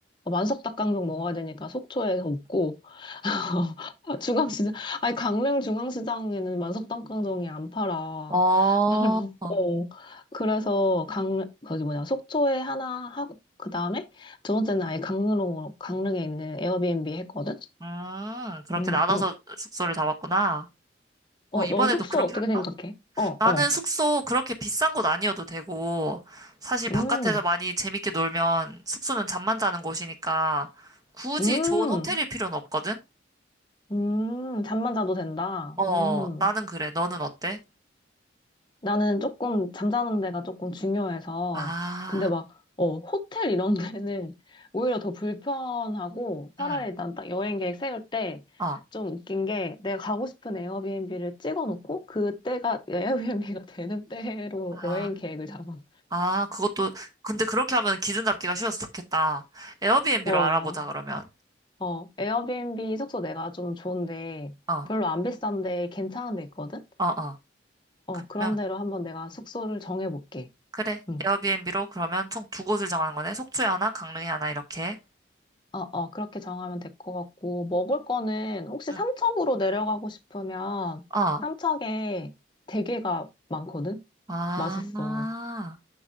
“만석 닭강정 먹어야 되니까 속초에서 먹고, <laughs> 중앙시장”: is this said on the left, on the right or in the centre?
Left